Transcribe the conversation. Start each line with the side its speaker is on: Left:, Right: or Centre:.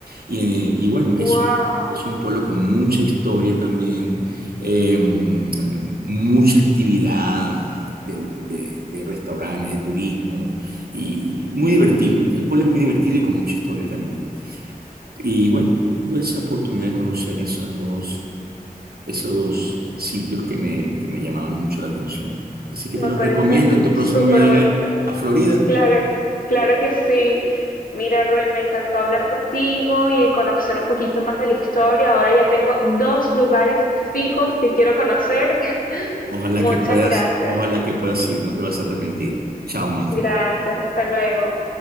Right: Y, eh, y bueno,
Left: Wow,
Right: es un, es un pueblo con mucha historia también, eh, mucha actividad de, de- de restaurantes, de turismo, y muy divertido. El pueblo es muy divertido y con mucha historia también. Y bueno, tuve esa oportunidad de conocer esas dos, esos dos eh, sitios que me, que me llamaban mucho la atención. Así que
Left: me
Right: te los
Left: parece
Right: recomiendo en tu próximo
Left: súper
Right: viaje
Left: bonita.
Right: a Florida.
Left: Claro, claro que sí. Mira, Rui, me encantó hablar contigo y conocer un poquito más de la historia. Ahora ya tengo dos lugares fijos que quiero conocer. <laughs>
Right: Ojalá
Left: Muchas
Right: que puedas,
Left: gracias.
Right: ojalá que puedas ir, no te vas a arrepentir. Chao, Mafe.
Left: Gracias, hasta luego.